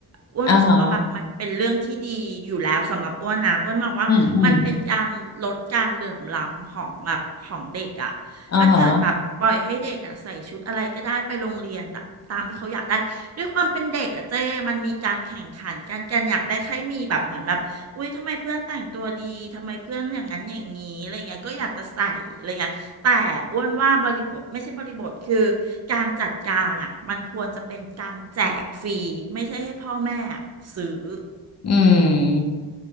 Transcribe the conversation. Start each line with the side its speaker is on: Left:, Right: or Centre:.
Right: อ้วนรู้สึกว่าแบบมันเป็นเรื่องที่ดีอยู่แล้วสำหรับอ้วนนะอ้วนมองว่ามันเป็นการลดการเหลื่อมล้ำของแบบของเด็กอะถ้าเกิดแบบปล่อยให้เด็กอะใส่ชุดอะไรก็ได้ไปโรงเรียนตะตามที่เขาอยากได้ด้วยความเป็นเด็กอะเจ้มันมีการแข่งขันกันกันอยากได้ใครมีแบบเหมือนแบบอุ้ยทำไมเพื่อนแต่งตัวดีทำไมเพื่อนอย่างนั้นอย่างนี้อะไรเงี้ยก็อยากจะใส่อะไรเงี้ย
Left: อ่าฮะอืมอืมอ่าฮะ
Right: แต่อ้วนว่าบริบทไม่ใช่บริบทคือการจัดการอ่ะมันควรจะเป็นการแจกฟรีไม่ใช่ให้พ่อแม่อะซื้อ
Left: อืม